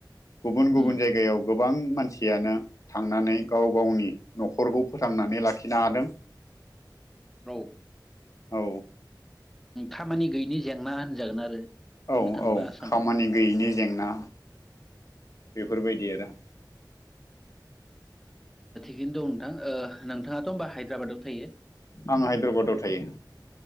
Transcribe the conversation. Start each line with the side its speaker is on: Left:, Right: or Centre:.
Left: गुबुन गुबुन
Centre: उम
Left: जायगायाव गोबां मानसियानो थांनानै गाव गावनि न'खरखौ फोथांनानै लाखिनो हादों।
Centre: औ
Left: औ
Centre: खामानि गैयिनि जेंना होनजागोन आरो। बुंनो
Left: औ -
Centre: थाङोबा
Left: औ
Centre: आसामाव
Left: खामानि गैयैनि जेंना बेफोरबायदि आरो
Centre: दिनो दं नोंथां नोंथाङाथ' होमबा हायद्राबादाव थायो
Left: आं हायद्राबादाव थायो।